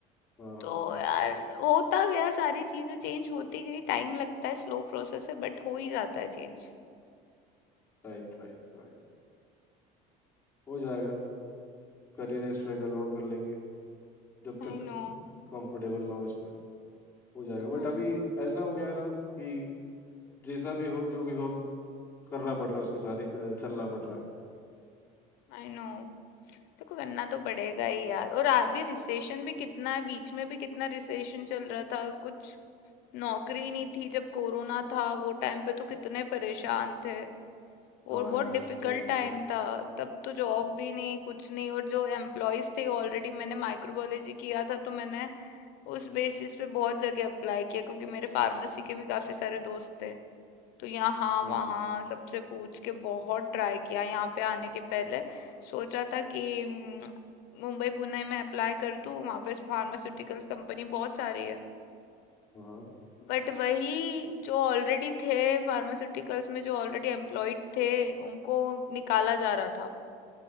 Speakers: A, on the left; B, on the left.
A: हाँ हाँ
B: तो
A: हाँ
B: यार होता गया सारी चीजें चेंज होती गई टाइम लगता है स्लो प्रोसेस है बट हो ही जाता है change
A: Right right right हो जाएगा करियर स्ट्रगल और कर लेंगे जब
B: I
A: तक
B: know
A: कंफर्टेबल ना हो इसमें हो जाएगा
B: Hmm
A: बट अभी ऐसा हो गया है ना कि जैसा भी हो जो भी हो करना पड़ रहा है उसके साथ ही अ, चलना पड़ रहा है
B: I know देखो करना तो पड़ेगा ही यार और अभी रिसेशन भी कितना है बीच में भी कितना रिसेशन चल रहा था कुछ नौकरी नहीं थी जब कोरोना था वो टाइम पे तो कितने परेशान थे और
A: हाँ
B: बहुत
A: यार
B: डिफिकल्ट
A: सही बोलो
B: टाइम था तब तो जॉब भी नहीं कुछ नहीं और जो एम्प्लॉयज थे ऑलरेडी मैंने माइक्रोबायोलॉजी किया था तो मैंने उस बेसिस पे बहुत जगह अप्लाई किया क्योंकि मेरे फार्मेसी के भी काफी सारे दोस्त थे तो यहाँ
A: हम्म
B: वहाँ सबसे पूछ के बहुत ट्राई किया यहाँ पे आने के पहले सोचा था कि हम्म, मुंबई पुणे में अप्लाई कर दूँ वहाँ पे फार्मास्यूटिकल्स कंपनी बहुत सारी है
A: हाँ हाँ।
B: बट वही जो ऑलरेडी थे फार्मास्यूटिकल्स में जो ऑलरेडी एम्प्लॉयड थे उनको निकाला जा रहा था